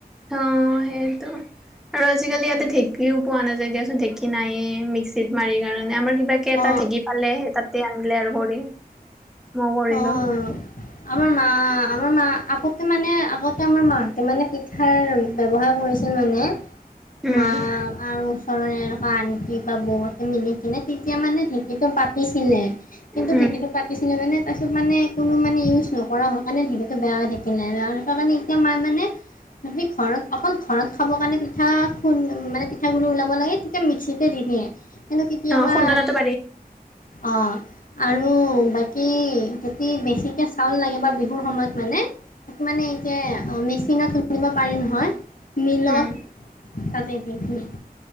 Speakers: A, in the centre; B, on the left (about 55°).
A: অ' সেইটো আৰু আজিকালি ইয়াতে ঢেঁকীও পোৱা নাযায় দিয়াচোন। ঢেঁকী নাইয়ে মিক্সিত মাৰি কিনি আমাৰ কিবাকে এটা
B: অ
A: ঢেঁকী পালে। সেই তাতে আনিলে আৰু কৰি মই কৰিলোঁ।
B: অ' আমাৰ মা আমাৰ মা আগতে মানে আগতে আমাৰ মাহঁতে মানে পিঠাৰ ব্যৱহাৰ কৰিছিল মানে।
A: উম,
B: মা আৰু ওচৰৰে এনেকুৱা আনতি বা মিলি কিনে তেতিয়া মানে ঢেঁকীটো পাতিছিলে কিন্তু
A: উম,
B: ঢেঁকীটো পাতিছিলে মানে তাৰপিছত মানে কোনো মানে ইউজ নকৰা হোৱা কাৰণে ঢেঁকীয়াটো বেয়া হৈ থাকিলে। বেয়া হৈ থাকাৰ কাৰণে এতিয়া মাই মানে সি ঘৰত অকল ঘৰত খাবৰ কাৰণে পিঠা খুন মানে পিঠাগুড়ি ওলাব লাগে তেতিয়া মিক্সিতে দি দিয়ে। কিন্তু কেতিয়াবা
A: অ', খুন্দনাটো পাৰি
B: অ' আৰু বাকী যদি বেছিকে চাউল লাগে বা বিহুৰ সময়ত মানে মানে এতিয়া মেচিনত নিব পাৰি নহয়। মিনত
A: উম,
B: তাতে কিখি